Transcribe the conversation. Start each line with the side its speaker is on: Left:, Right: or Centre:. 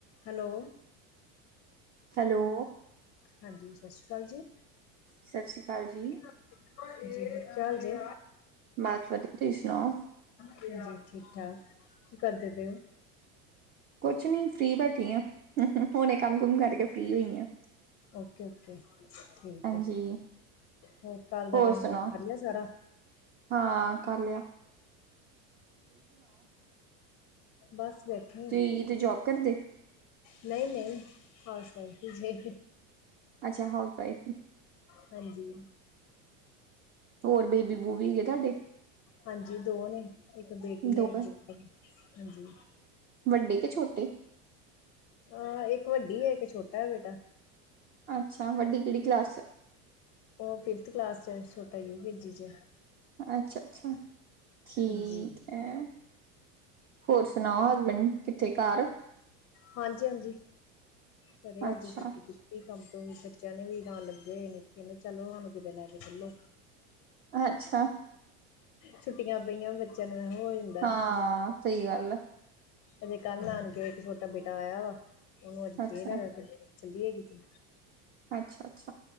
Left: ਹੈਲੋ
Right: ਹੈਲੋ
Left: ਹਾਂਜੀ, ਸਤਿ ਸ਼੍ਰੀ ਅਕਾਲ ਜੀ
Right: ਸਤਿ ਸ਼੍ਰੀ ਅਕਾਲ ਜੀ।
Left: ਜੀ, ਕੀ ਹਾਲ ਜੇ?
Right: ਬਸ ਵਧੀਆ, ਤੁਸੀਂ ਸੁਣਾਓ?
Left: ਜੀ, ਠੀਕ-ਠਾਕ, ਕੀ ਕਰਦੇ ਪਏ ਓ?
Right: ਕੁਛ ਨੀ, ਫ੍ਰੀ ਬੈਠੀਂ ਆ। ਹੁਣੇ ਕੰਮ-ਕੁਮ ਕਰਕੇ ਫ੍ਰੀ ਹੋਈ ਆਂ
Left: ਓਕੇ-ਓਕੇ ਠੀਕ
Right: ਹਾਂਜੀ,
Left: ਹੈ, ਹੋਰ ਘਰ ਦਾ
Right: ਹੋਰ
Left: ਕੰਮ-ਕੁਮ
Right: ਸੁਣਾਓ?
Left: ਕਰ ਲਿਆ ਸਾਰਾ?
Right: ਹਾਂ, ਕਰਲਿਆ
Left: ਬਸ ਬੇਠੇ
Right: ਤੁਸੀਂ
Left: ਆ
Right: ਕਿਤੇ ਜੋਬ ਕਰਦੇ?
Left: ਨਹੀਂ-ਨਹੀਂ, ਹਾਓਸ-ਵਾਇਫ ਜੇ
Right: ਅੱਛਾ, ਹਾਊਸ ਵਾਈਫ ਈ
Left: ਸਹੀ ਜੀ।
Right: ਹੋਰ ਬੇਬੀ-ਬੂਬੀ ਹੈਗੇ, ਤੁਹਾਡੇ?
Left: ਹਾਂਜੀ, ਦੋ ਨੇ, ਇੱਕ ਬੇਟੀ
Right: ਦੋਵੇਂ
Left: ਹੈ, ਇੱਕ ਬੇਟਾ, ਹਾਂਜੀ।
Right: ਵੱਡੀ ਕਿ, ਛੋਟੀ,
Left: ਅ, ਇੱਕ ਵੱਡੀ ਏ, ਇੱਕ ਛੋਟਾ ਹੈ ਬੇਟਾ
Right: ਅੱਛਾ, ਵੱਡੀ ਕਿਹੜੀ ਕਲਾਸ'ਚ?
Left: ਉਹ ਫਿਫਥ ਕਲਾਸ'ਚ, ਛੋਟਾ ਯੂ ਕੇ ਜੀ 'ਚ
Right: ਅੱਛਾ-ਅੱਛਾ, ਠੀਕ
Left: ਹਾਂਜੀ
Right: ਐ। ਹੋਰ ਸੁਣਾਓ ਹਸਬੈਂਡ ਕਿੱਥੇ ਘਰ?
Left: ਹਾਂਜੀ-ਹਾਂਜੀ। ਘਰੇ
Right: ਅੱਛਾ
Left: ਅੱਜ ਛੁੱਟੀ ਕੀ ਕੰਮ ਤੋਂ ਵੀ ਬੱਚਿਆਂ ਨੇ ਵੀ ਨਾਲ ਲੱਗੇ ਹੋਏ ਨੇ। ਕਹਿੰਦੇ ਚਲੋ ਸਾਨੂੰ ਕਿਤੇ ਲੈਕੇ ਚੱਲੋ।
Right: ਅੱਛਾ।
Left: ਛੁੱਟੀਆਂ ਪਈਆਂ ਬੱਚਿਆਂ ਨੂੰ ਐਹੋ ਜਾਂਦਾ।
Right: ਹਾਂ ਸਹੀ ਗੱਲ ਐ।
Left: ਅਜੇ ਕੱਲ ਨਾਨਕੇਓਂ ਇੱਕ ਛੋਟਾ ਬੇਟਾ ਆਇਆ ਵਾ। ਉਹਨੂੰ ਅੱਜ
Right: ਅੱਛਾ
Left: ਫੇਰ ਹੈਗਾ ਚੱਲੀਏ ਕਿਤੇ।
Right: ਅੱਛਾ ਅੱਛਾ।